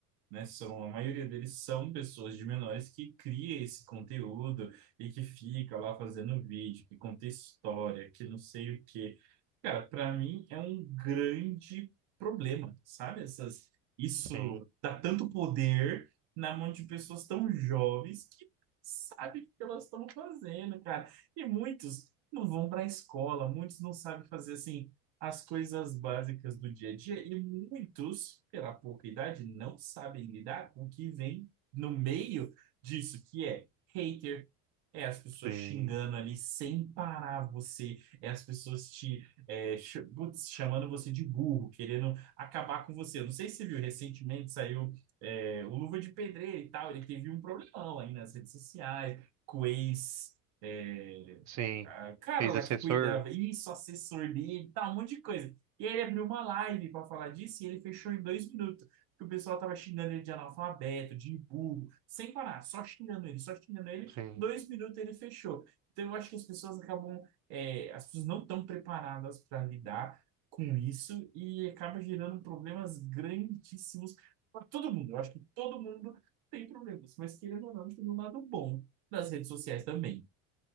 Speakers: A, on the right; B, on the right.
A: né? São, a maioria deles são pessoas de menores que cria esse conteúdo e que fica lá fazendo vídeo, que conta história, que não sei o quê. Cara, para mim é um grande problema, sabe? Essas, isso
B: Sim,
A: dá tanto poder na mão de pessoas tão jovens que sabe o que elas estão fazendo, cara. E muitos não vão para a escola, muitos não sabem fazer assim as coisas básicas do dia a dia e muitos, pela pouca idade, não sabem lidar com o que vem no meio disso, que é hater, é as pessoas
B: sim,
A: xingando ali sem parar você, é as pessoas te é, ch- putz, chamando você de burro, querendo acabar com você. Eu não sei se você viu, recentemente saiu é, o Luva de Pedreiro e tal, ele teve um problemão aí nas redes sociais, com o ex. é,
B: sim.
A: ah, cara
B: Ex-assessor?
A: lá que cuidava, isso, assessor dele, tal, um monte de coisa. E aí ele abriu uma live para falar disso e ele fechou em dois minutos. Porque o pessoal tava xingando ele de analfabeto, de burro, sem parar, só xingando ele, só xingando ele.
B: Sim.
A: Dois minutos ele fechou. Então eu acho que as pessoas acabam, é, as pessoas não estão preparadas para lidar com isso e acaba gerando problemas grandíssimos para todo mundo. Eu acho que todo mundo tem problemas, mas querendo ou não, tem um lado bom das redes sociais também.